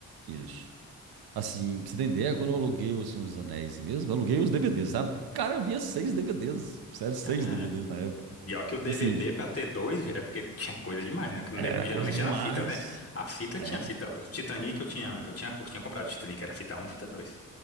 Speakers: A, on the right (about 80°); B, on the left (about 40°).
A: isso. Assim, pra você entender, quando eu aluguei O Senhor dos Anéis mesmo, eu aluguei os DVDs, sabe? Cara, vinha seis DVDs. Sério, seis
B: Cara,
A: DVDs na época.
B: E ó que o DVD
A: E assim,
B: pra ter dois é porque tinha coisa demais, né? Porque no
A: era
B: DVD geralmente
A: coisa demais.
B: era a fita, né? A fita
A: né?
B: tinha fita. O Titanic eu tinha, eu tinha, eu tinha comprado o Titanic, era fita um, fita dois.